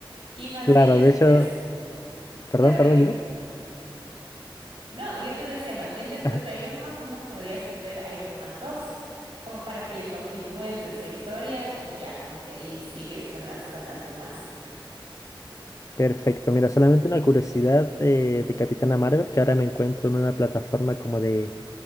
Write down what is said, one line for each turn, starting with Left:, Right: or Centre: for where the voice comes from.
Right: Y más
Left: Claro,
Right: bien después,
Left: de hecho, perdón,
Right: claro,
Left: perdón,
Right: dime.
Left: dime.
Right: No, y yo te decía, más bien después
Left: <laughs>
Right: de Iron Man uno podrías tú ver Iron Man 2, como para que le continúes esa historia y ya como que ahí sigues con las con las demás.
Left: Perfecto, mira, solamente una curiosidad de, de Capitana Marvel, que ahora me encuentro en una plataforma como de,